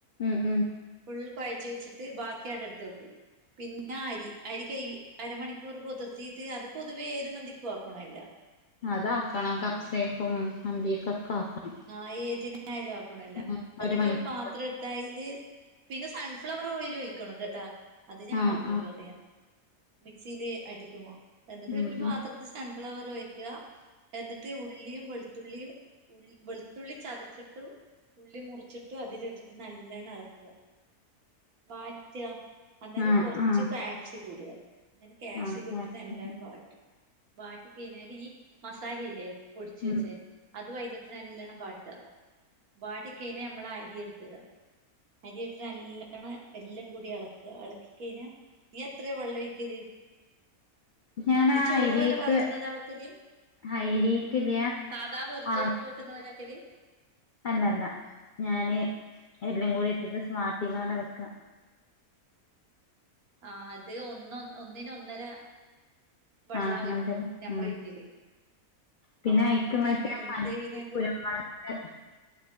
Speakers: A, on the left (about 65°); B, on the right (about 75°).
A: ഉം ഉം
B: ഫുൾ കൊഴച്ച് വെച്ചിട്ട് ബാക്കി അവടെടുത്ത് വെക്കും പിന്നാ അരി അരി കൈ അരമണി കുർ കുതിർത്തീട്ട് അത് പൊതുവേ ഏത് മന്തിക്കുവാക്കണല്ല
A: അതാക്കണം കഫ്സേക്കും മന്തിക്കൊക്ക ആക്കണം
B: ആ ഏതിനായാലും ആക്കണോല്ല
A: ഉം
B: എന്നിട്ട്
A: മണിക്കൂർ
B: ഒരു പാത്രടു ട്ടയില് പിന്നെ സൺഫ്ലവർ ഓയിൽ ഒഴിക്കണം കേട്ടാ അത് ഞാൻ
A: ആഹ്
B: മറന്നൊയിപറയാ
A: ആഹ്
B: മിക്സീല് അടിക്കുമോ എന്നിട്ട്
A: ഉം
B: ഒരു പാത്രത്തി
A: ഉം
B: സൺ‌ ഫ്ലവർ ഒഴിക്ക എന്നിട്ട് ഉള്ളിയും വെളു ത്തുള്ളിയും ഉ വെളുത്തുള്ളി ചതച്ചിട്ട് ഉള്ളി മുറിച്ചിട്ടു അതിലിട്ടിട്ട് നല്ലാണ്ണം എളക്ക വാറ്റാ അന്നേരം
A: ആഹ്
B: കൊറച്ച്
A: ആഹ്
B: ക്കാ പ്‌സിക്കം ഇടുക അങ്ങനെ ക്യാപ്‌സിക്കം
A: ആഹ് കാപ്സിക്കം
B: ഇട്ടിട്ട് നല്ലോണം വാറ്റും വാറ്റി കയിഞ്ഞാല് ഈ മസാലയില്ലേ പൊടിച്ച് വെച്ചേ
A: ഉം
B: അതു അയലിട്ട് നല്ലോണം വാട്ട വാടികൈഞാ നമ്മളാ അരിയടുത്തിട അരി ഇട്ടിട്ട് നല്ലോണ്ണം എല്ലാം കൂടി എളക്ക എളക്കി കൈഞ്ഞാ നീ എത്രയാ വെള്ളൊഴിക്കല്
A: ഞാനാ
B: നീച്ചോറു
A: അയിലേക്ക്
B: പോലെ പാർക്കുന്നതാ വെക്കല്
A: അയിലേക്കില്ല്യ
B: സാധാ വെർജോർ
A: അള
B: വെക്കുന്ന പോലെയ വെക്കല്
A: അല്ലല്ല ഞാന് എല്ലാകൂടി ഇട്ടിട്ട് സ്വാർതികാന വെക്ക
B: ആ അത് ഒന്ന് ഒന്നിന് ഒന്നര വെള്ളാ
A: ആഹ് അങ്ങനത്തന്നെ
B: നമ്മള്
A: ഉം
B: ഒഴിക്കല്
A: പിന്നെ
B: ആ
A: അയിക്ക്
B: എന്നിട്ട്
A: മറ്റേ
B: അത് വെന്ത്
A: മല്ലി
B: കഴിഞ്ഞാല്
A: കുരുമുളക് അ